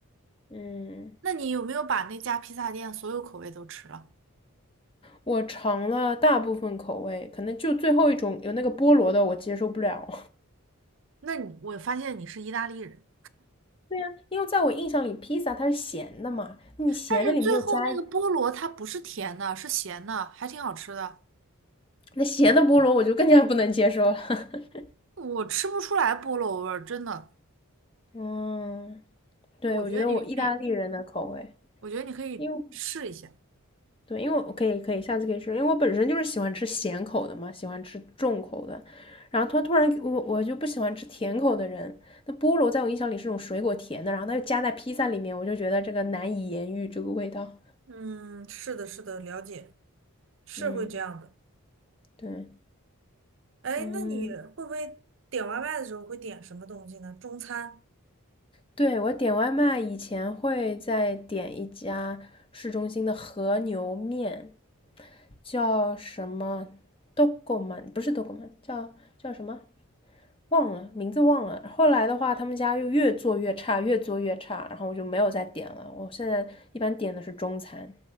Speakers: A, on the left (about 25°); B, on the right (about 55°).
A: 嗯，
B: 那你有没有把那家披萨店所有口味都吃了？
A: 我尝了大部分口味，可能就最后一种有那个菠萝的我接受不了。
B: 那你我发现你是意大利人，
A: 对呀，因为在我印象里，披萨它是咸的嘛，你咸的里面又加一
B: 但是最后那个菠萝它不是甜的，是咸的，还挺好吃的。
A: 那咸的菠萝，我就更加不能接受了。<laughs>
B: 我吃不出来菠萝味儿，真的。
A: 嗯，对，
B: 我觉得你那
A: 我觉得我意大利人的口味，
B: 我觉得你可以试一下。
A: 因为对，因为我可以可以下次可以吃，因为我本身就是喜欢吃咸口的嘛，喜欢吃重口的。然后他突然我我就不喜欢吃甜口的人，那菠萝在我印象里是种水果甜的，然后它又加在披萨里面，我就觉得这个难以言喻这个味道。
B: 嗯，是的，是的，了解，是会这样的。
A: 嗯，对，
B: 哎，
A: 嗯。
B: 那你会不会点外卖的时候会点什么东西呢？中餐？
A: 对，我点外卖以前会在点一家市中心的和牛面，叫什么 d o g m a 不是 d o g m a 叫叫什么忘了，名字忘了。后来的话，他们家又越做越差，越做越差，然后我就没有再点了。我现在一般点的是中餐